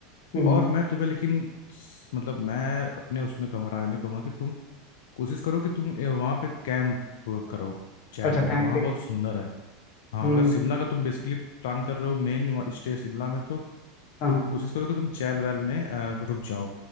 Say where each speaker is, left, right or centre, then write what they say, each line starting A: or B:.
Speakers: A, on the left (about 40°); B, on the left (about 80°).
A: हम्म हम्म,
B: और मैं तुम्हें लेकिन स- मतलब मैं अपने उसमें कहूँगा राय में कहूँगा कि तुम कोशिश करो कि तुम ए, वहाँ पे कैंप करो चैल
A: अच्छा
B: में
A: कैंपिंग
B: वहाँ बहुत सुंदर है हाँ
A: हम्म
B: अगर शिमला का तुम बेसिकली प्लान कर रहे हो मेन स्टे शिमला में तो
A: हाँ
B: तुम कोशिश करो कि तुम चैल वैल में अ, रुक जाओ